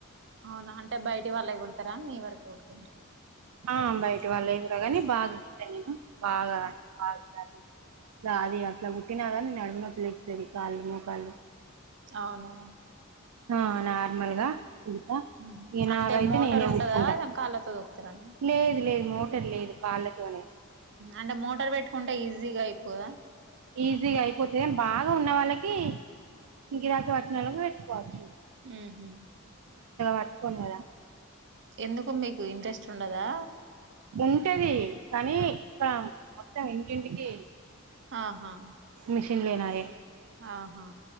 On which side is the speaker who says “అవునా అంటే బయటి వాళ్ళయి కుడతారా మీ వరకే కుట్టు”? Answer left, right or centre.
Right